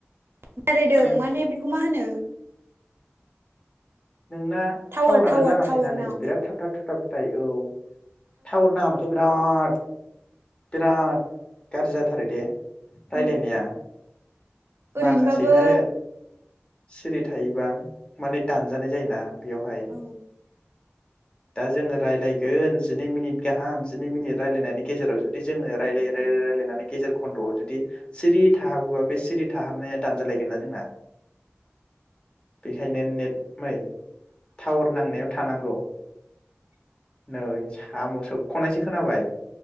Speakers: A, on the right (about 60°); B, on the left (about 25°).
A: बेरायदों।
B: नों
A: माने बेखौ मा होनो?
B: नोंना थटावरानो
A: टावार टावार
B: नाङासैना
A: टावार
B: नै
A: नाङाखै
B: बिराथ थाबथाब थुथाब थाय औ टावार नाङाबथाय बिराद बिराद गाज्रि जाथारो दे रायलायनाया
A: उम ओरैनोबाबो
B: माखासेहाय सिरि थायोबा माने दान जानाय जायोना। बेवहाय
A: औ
B: दा जोङो रायलायगोन जिनै मिनिट गाहाम जिनै मिनिट रायलायनायनि गेजेराव जुदि जोङो। रायलायै रायलाय रायलायनानै गेजेर खन्द'आव जुदि सिरि थाहाबोबा। बे सिरि थाहाबनाया दानजालायगोन ना जोंना। बेखायनो नेट मै टावार नांनायाव थानांगौ। नै साम' सोबख'नायसो खोनाबाय।